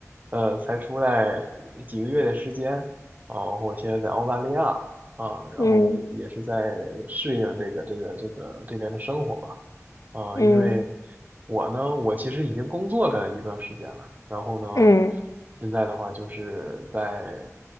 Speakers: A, on the right (about 30°); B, on the left (about 80°).
A: 呃，才出来几个月的时间啊，我现在在澳大利亚啊，然后呢也也是在
B: 嗯
A: 适应这个这个这个这边的生活吧，啊，
B: 嗯
A: 因为我呢，我其实已经工作了一段时间了，然后呢，
B: 嗯
A: 现在的话就是在，